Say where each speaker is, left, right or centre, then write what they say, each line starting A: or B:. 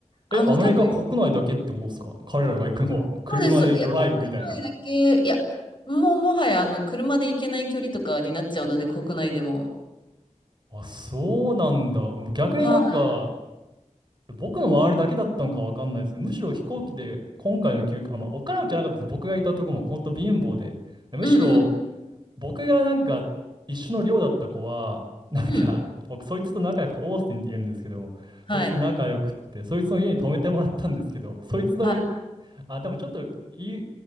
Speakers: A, on the left; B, on the right.
A: あの、
B: え、アメリカ国内だけってことですか彼らが行くのは。
A: 多分、
B: 車でドライブみたいな。
A: そうです。いや、国内だけ、いや、もうもはやあの、車で行けない距離とかになっちゃうので、国内でも。
B: あ、そうなんだ。逆になんか、
A: はい。
B: 僕の周りだけだったのかわかんないですけど、むしろ飛行機で今回の休暇、あ、まあ、お金持ちじゃなかったです。僕がいたとこも本当貧乏で。でむしろ
A: うんうん
B: 僕がなんか一緒の寮だった子は、なんか、
A: うんうん。
B: 僕そいつと仲良くて、オースティンって言うんですけど、
A: はい。
B: そいつと仲良くって、そいつの家に泊めてもらったんですけど、そいつの
A: はい。
B: あ、でもちょっと、い、